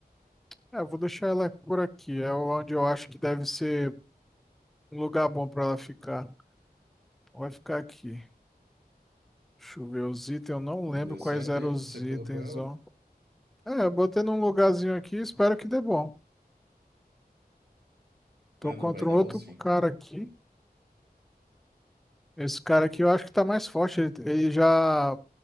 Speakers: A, in the centre; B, on the right.
A: É, eu vou deixar ela por aqui. É onde eu acho que deve ser um lugar bom para ela ficar. Vai ficar aqui. Deixa eu ver os itens. Eu não
B: Deu
A: lembro quais
B: certo
A: eram
B: aí
A: os
B: onde você colocou
A: itens,
B: ela?
A: ó. É, eu botei num lugarzinho aqui. Espero que dê bom. Tô
B: Não, é
A: contra
B: não, vai dar
A: um outro
B: bom sim.
A: cara aqui. Esse cara aqui eu acho que tá mais forte. Ele, ele já